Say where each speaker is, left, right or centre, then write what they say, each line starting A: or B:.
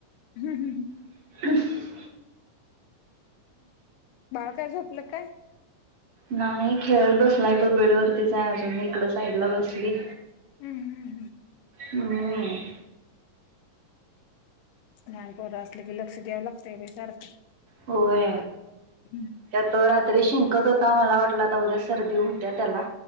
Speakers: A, on the left; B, on the right.
A: हम हं ह.
B: ह.
A: बाळ काय झोपलं काय?
B: नाही खेळत बसलाय तो बीड वरतीच आहे अजून इकड साईड ला बसली.
A: हम्म हम्म हम्.
B: मण
A: लानपोर असलं की लक्ष द्यावं लागतंय बा सारखं.
B: होय
A: हम्म
B: त्या तो रात्री शिंकत हो. ता मला वाटलं आता उद्या सर्दी हुतिया त्याला.